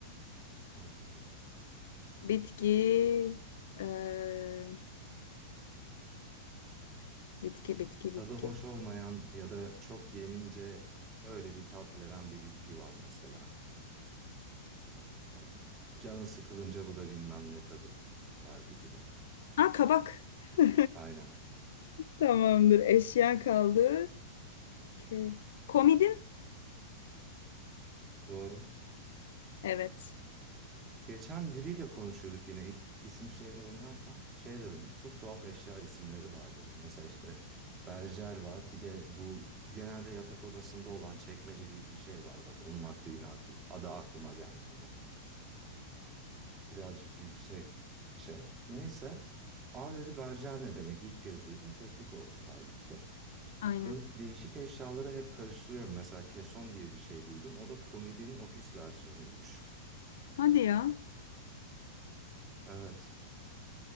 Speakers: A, on the right; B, on the left.
A: Maşallah.
B: Bitki ee, bitki bitki
A: Tadı
B: bitki.
A: hoş olmayan ya da çok yenince öyle bir tat veren bir bitki var mesela. Hani canı sıkılınca bu da bilmem ne tadı verdi gibi.
B: Aa kabak. <laughs>
A: Aynen.
B: Tamamdır. Eşya kaldı. Ke- Komidin.
A: Doğru.
B: Evet.
A: Geçen biriyle konuşuyorduk yine i- isim şehir oynarken. Şey dedim, çok tuhaf eşya isimleri var dedim. Mesela işte berjer var. Bir de bu genelde yatak odasında olan çekmece gibi bir şey var. Bak onun aklı yine aklı, adı aklıma gelmedi. Birazcık yüksekçe. Neyse. Aa dedi berjer ne demek? İlk kez duydum. Teklik olduk halbuki.
B: Aynen.
A: Böyle değişik eşyaları hep karıştırıyorum. Mesela keson diye bir şey duydum. O da komedinin ofis versiyonuymuş.
B: Hadi ya.
A: Evet.